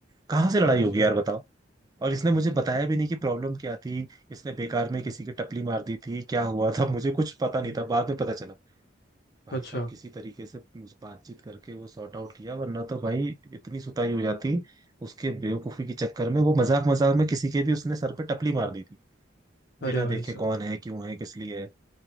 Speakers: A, on the right; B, on the left.
A: कहाँ से लड़ाई
B: अच्छा
A: होगी यार बताओ और इसने मुझे बताया भी नहीं कि प्रॉब्लम क्या थी इसने बेकार में किसी की टपली मार दी थी क्या हुआ था मुझे कुछ पता
B: हम्म,
A: नहीं था बाद में पता चला भाई
B: अच्छा
A: साहब किसी तरीके से उस बातचीत करके वो सॉर्ट आउट किया वरना तो भाई इतनी सुताई हो जाती उसके बेवकूफी के चक्कर में वो मजाक मजाक में किसी के भी उसने सर पे टपली मार दी थी
B: अरे
A: बिना
B: भाई
A: देखे
B: साहब
A: कौन है क्यों है किस लिए है